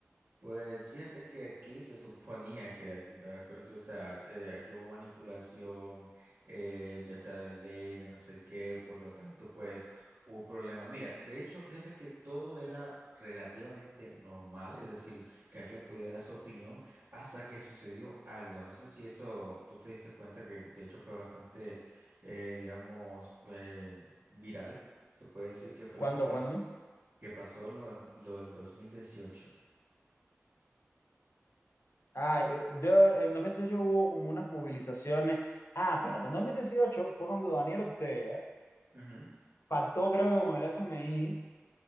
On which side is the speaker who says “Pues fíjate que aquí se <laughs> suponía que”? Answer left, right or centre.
Right